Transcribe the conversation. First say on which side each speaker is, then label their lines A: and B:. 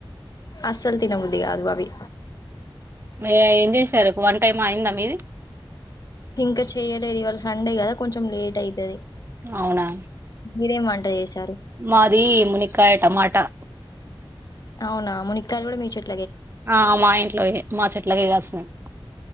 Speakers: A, on the left; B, on the right.
A: అస్సలు తినబుద్దిగాదు అవి
B: మీర ఏం చేశారు వంటెయ్ అయిందా మీది
A: ఇంకా చెయలేదు ఇవాళ సండే కదా కొంచెం లేట్ అయితది
B: అవునా
A: మీరేం వంట చేసి
B: మాది మునికాయ టమాటా
A: అవునా మునిక్కాయలు కూడా మీ చెట్
B: ఆ మా ఇంట్లోయే మా చెట్లకే కాసినయి.